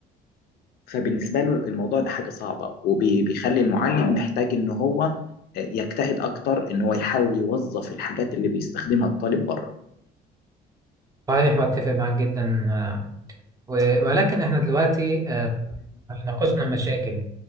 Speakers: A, on the left; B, on the right.
A: فبالنسبة له الموضوع ده حاجة صعبة وبيخلي المعلم محتاج إن هو آه، يجتهد أكتر إن هو يحاول يوظف الحاجات اللي بيستخدمها الطالب بره
B: صحيح واتفق معاك جدا آه، و- ولكن احنا دلوقتي آه، ناقشنا المشاكل